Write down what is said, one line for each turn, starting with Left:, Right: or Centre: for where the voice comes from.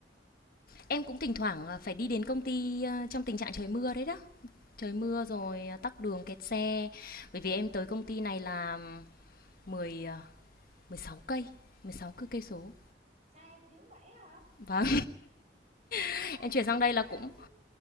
Left: Em cũng thỉnh thoảng ờ, phải đi đến công ty ờ, trong tình trạng trời mưa đấy đó trời mưa rồi
Right: ừ
Left: à, tắc đường kẹt xe bởi vì em tới công ty này là 10 à, 16 cây 16 cứ cây số
Right: xa dữ vậy hả
Left: và <laughs>
Right: ôi
Left: em chuyển
Right: tìm
Left: sang
Right: cách
Left: đây là
Right: nào
Left: cũng
Right: chứ